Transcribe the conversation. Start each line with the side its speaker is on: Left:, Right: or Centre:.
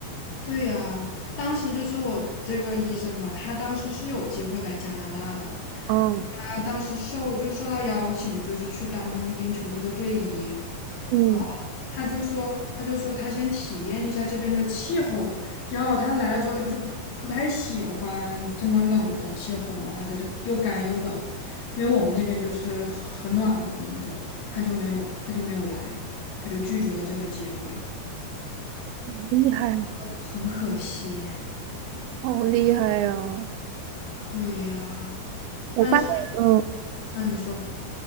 Left: 对呀，当时就是我这个医生嘛，他当时是有机会来加拿大的，
Right: 嗯
Left: 他当时受就是受到邀请，就是去当他们冰球队的队医。
Right: 嗯，
Left: 然后他就说，他就说他先体验一下这边的气候，然后他来了之后，他就不不太喜欢这么冷的气候嘛，他觉得又干又冷，因为我们那边就是很暖和的那种，他就没有他就没有来，他就拒绝了这个机会，
Right: 厉害，
Left: 很可惜。
Right: 好厉害呀！
Left: 对呀，
Right: 我发现，
Left: 但是
Right: 嗯，
Left: 啊，你说，